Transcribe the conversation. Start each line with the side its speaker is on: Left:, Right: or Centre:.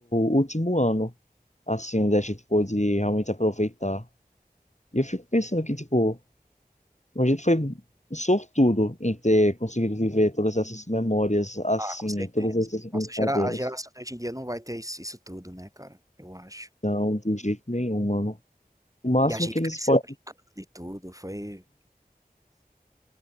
Left: último ano, assim, onde a gente pôde realmente aproveitar. E eu fico pensando que, tipo, a gente foi sortudo em ter conseguido viver todas essas memórias assim,
Right: Ah, com certeza.
Left: todas essas brincadeiras.
Right: Nossa, a gera- a geração de hoje em dia não vai ter isso, isso tudo, né, cara? Eu acho.
Left: Não, de jeito nenhum, mano. O máximo
Right: E a gente
Left: que eles
Right: cresceu
Left: podem
Right: brincando e tudo. Foi.